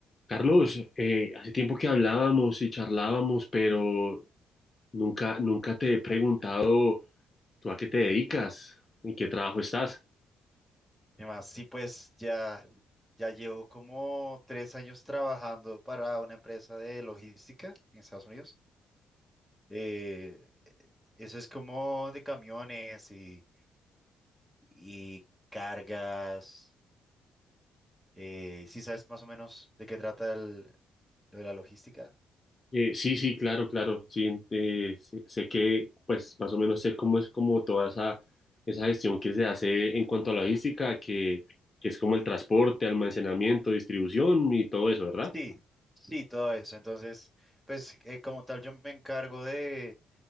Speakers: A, on the left (about 30°); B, in the centre.
A: Carlos, eh, hace tiempo que hablábamos y charlábamos, pero nunca, nunca te he preguntado tú a qué te dedicas, en qué trabajo estás.
B: Y más, sí, pues ya, ya llevo como tres años trabajando para una empresa de logística en Estados Unidos. Eh, eso es como de camiones y, y cargas. Eh, ¿sí sabes más o menos de qué trata el, lo de la logística?
A: Eh, sí, sí, claro, claro, sí, eh, sé, sé que pues más o menos sé cómo es como toda esa, esa gestión que se hace en cuanto a logística, que, que es como el transporte, almacenamiento, distribución y todo eso, ¿verdad?
B: Sí, sí, todo eso. Entonces, pues eh, como tal, yo me encargo de,